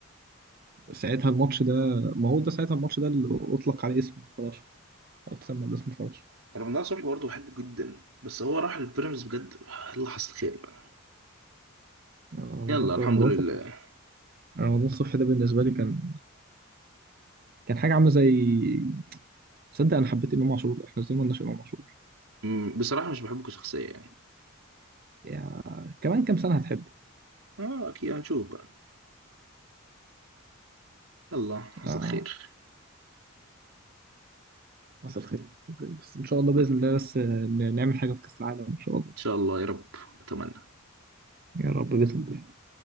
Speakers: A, on the right; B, on the right.
A: ساعتها الماتش ده ما هو ده ساعتها الماتش ده اللي أطلق عليه اسم الفراشة أو اتسمى باسم الفراشة
B: رمضان صبحي برضه بحبه جدا بس هو راح للبيراميدز بجد الله حصل خير بقى
A: يعني رمضان
B: يلا
A: صبحي
B: الحمد
A: رمضان
B: لله
A: صبحي رمضان صبحي ده بالنسبة لي كان كان حاجة عاملة زي تصدق أنا حبيت إمام عاشور إحنا إزاي ما قلناش إمام عاشور
B: أمم، بصراحة مش بحبه كشخصية يعني
A: يا كمان كام سنة هتحبه
B: اه اكيد هنشوف بقى يلا حصل
A: آه
B: خير
A: مساء الخير بس إن شاء الله بإذن
B: ان
A: الله بس ن- نعمل حاجة في كأس العالم إن شاء الله
B: شاء الله يا رب اتمنى
A: يا رب بإذن الله